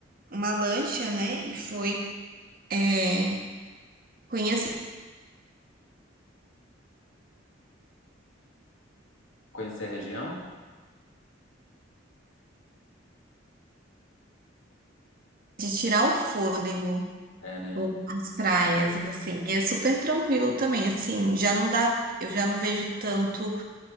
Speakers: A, on the right; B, on the left.
A: uma lancha, né? E foi é, Conheço
B: Conhecer a região?
A: de tirar o fôlego,
B: É, né?
A: o- as praias, assim, e é super tranquilo também, assim, já não dá, eu já não vejo tanto,